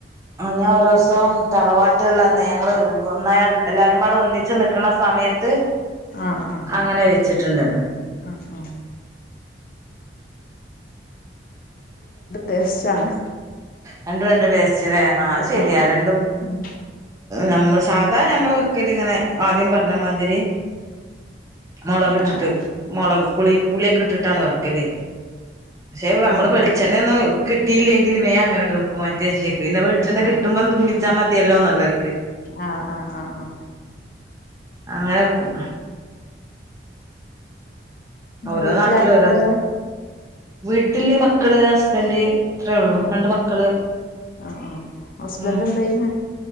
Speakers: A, on the right; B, on the left.
A: ആ ഞാൻ ഒര്സം തറവാട്ടൊള്ളന്ന് <unintelligible> ഞങ്ങള് ഒന്നായി എല്ലാരുവടെ ഒന്നിച്ച് നിക്ക ക്കണ സമയത്ത്
B: ആഹ് ആഹ്
A: അങ്ങനെ വെച്ചിട്ട്ണ്ട്
B: ആഹ് ആഹ് രസാണ്
A: രണ്ടും രണ്ട് ടേസ്റ്റിലേ ആഹ് അത് ശെരിയാ
B: ആഹ് ആഹ്
A: രണ്ടും
B: ഉം
A: നമ്മൾ സാധാ ഞങ്ങൾ വെക്കല് ഇങ്ങനെ ആദ്യം പറഞ്ഞമാതിരി മുളക് ഇട്ടിട്ട്
B: ആഹ് ആഹ്
A: മുളക് പുളി പുളിയൊക്കെ ഇട്ടിട്ടാണ്
B: ഉം
A: വെക്കല് ക്ഷെ നമ്മള്
B: ആഹ്
A: വെളിച്ചെണ്ണ
B: ആഹ്
A: ഒന്ന് കി കിട്ടിയില്ലേ വേഗം അങ്ങനങ്ങോണ്ട് വെക്കും <unintelligible> പിന്നെ വെളിച്ചെണ്ണ
B: ആഹ്
A: കിട്ടുമ്പം തൂമിച്ചാ
B: ആഹ്
A: മതിയല്ലോ നല്ലർക്ക്
B: ആഹ് ആഹ് ആഹ്
A: അങ്ങനൊക്കും
B: ഇങ്ങളെ
A: ഓരോ
B: വീട്ടിലാരൊക്കാ
A: നാട്ടിലും ഓരോ
B: ഇള്ളെ
A: വീട്ടില് മ മക്കള് ഹസ്ബൻഡ് അത്രേ ഉള്ളൂ രണ്ട്
B: ഉം
A: മക്കള്
B: ആഹ് ആഹ് ഹസ്ബൻഡ്
A: ഉം
B: എന്ത് ചെയ്യ്ണ്